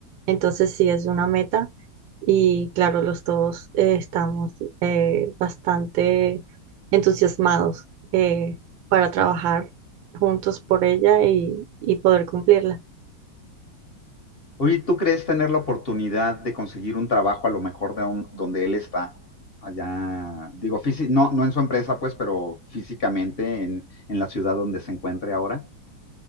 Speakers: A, on the right (about 80°); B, on the left (about 35°).
A: Entonces sí es una meta y claro, los dos eh, estamos eh, bastante entusiasmados eh, para trabajar juntos por ella y, y poder cumplirla.
B: Oye, ¿tú crees tener la oportunidad de conseguir un trabajo a lo mejor de un- donde él está? Allá, digo, físi- no, no en su empresa, pues, pero físicamente en, en la ciudad donde se encuentre ahora.